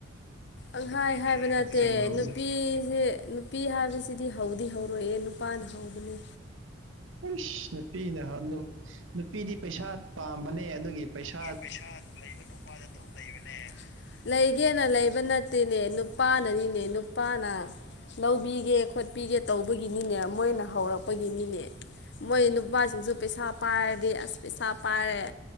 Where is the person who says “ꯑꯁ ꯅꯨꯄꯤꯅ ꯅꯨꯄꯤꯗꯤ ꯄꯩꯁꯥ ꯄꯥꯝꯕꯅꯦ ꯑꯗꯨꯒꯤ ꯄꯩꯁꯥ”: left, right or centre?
Right